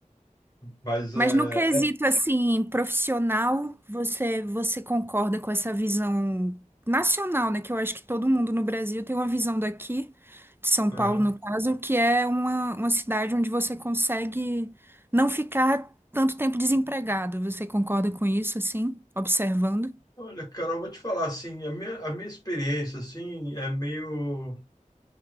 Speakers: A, on the left (about 30°); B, on the right (about 15°).
A: Mas é,
B: Mas no quesito
A: é-
B: assim, profissional, você você concorda com essa visão nacional, né? Que eu acho que todo mundo no Brasil tem uma visão daqui, de São
A: Uhum.
B: Paulo, no caso, que é uma, uma cidade onde você consegue não ficar tanto tempo desempregado. Você concorda com isso, assim, observando?
A: Olha, Carol, vou te falar assim, a minha, a minha experiência assim é meio